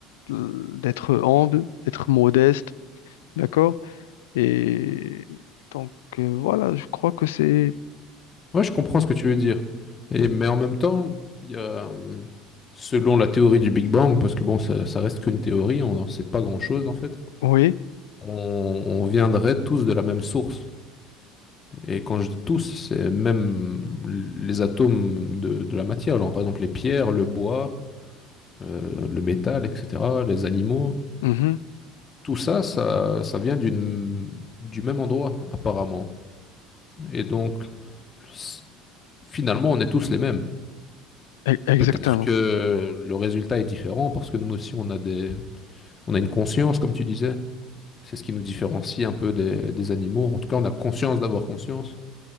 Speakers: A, on the left; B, on the left.
A: de- d'être humble, d'être modeste, d'accord? Et donc, euh, voilà, je crois que c'est...
B: Ouais, je comprends ce que tu veux dire. Et, mais en même temps, il y a, euh, selon la théorie du Big Bang, parce que bon, ça, ça reste qu'une théorie, on n'en sait pas grand-chose en fait,
A: Oui,
B: on, on viendrait tous de la même source. Et quand je dis tous, c'est même les atomes de, de la matière. Alors, par exemple, les pierres, le bois, euh, le métal, etc., les animaux.
A: mhm,
B: Tout ça, ça, ça vient d'une, du même endroit, apparemment. Et donc, c- finalement, on est tous les mêmes.
A: e- exactement.
B: Peut-être que le résultat est différent parce que nous aussi, on a des, on a une conscience, comme tu disais. C'est ce qui nous différencie un peu des, des animaux. En tout cas, on a conscience d'avoir conscience.